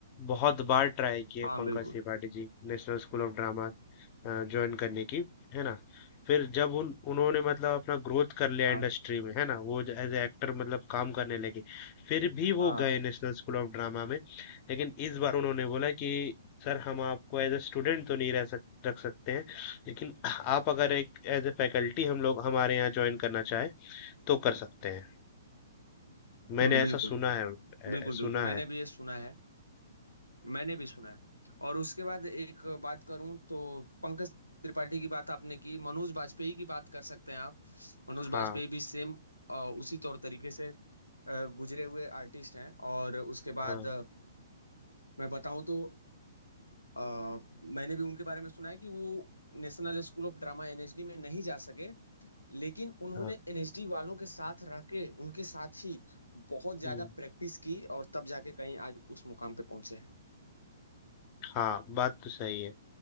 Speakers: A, on the left; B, on the left.
A: बहुत बार ट्राई किए
B: हाँ
A: Pankaj
B: बिल्कुल
A: Tripathi ji National School of Drama join करने की है ना फिर जब उन उन्होंने मतलब अपना ग्रोथ कर लिया
B: हाँ
A: इंडस्ट्री में है ना वो एज एक्टर मतलब काम करने लगे फिर भी वो
B: हाँ
A: गए नेशनल स्कूल ऑफ ड्रामा में लेकिन इस बार उन्होंने बोला कि सर हम आपको एज ए स्टूडेंट तो नहीं रह सक रख सकते हैं लेकिन आप अगर एक एज ए फैकल्टी हम लोग हमारे यहाँ ज्वाइन करना चाहे तो कर सकते हैं मैंने
B: हम्म, बिल्कुल
A: ऐसा सुना है
B: बिल्कुल
A: अ, सुना
B: बिल्कुल मैंने
A: है
B: भी ये सुना है मैंने भी सुना है और उसके बाद एक बात करूं तो पंकज त्रिपाठी की बात आपने की मनोज बाजपेयी की बात कर सकते हैं आप मनोज
A: हाँ
B: बाजपेयी भी सेम उसी तौर तरीके से अ, गुजरे हुए आर्टिस्ट हैं और उसके बाद
A: हाँ
B: अ, मैं बताऊं तो अ, मैंने भी उनके बारे में सुना है कि वो national school of drama NSD में नहीं जा सके लेकिन उन्होंने
A: हाँ
B: एनएसडी वालों के साथ रह के उनके साथ ही बहुत ज्यादा
A: हम्म,
B: प्रैक्टिस की और तब जाके कहीं आज उस मुकाम पे पहुंचे हैं
A: हाँ बात तो सही है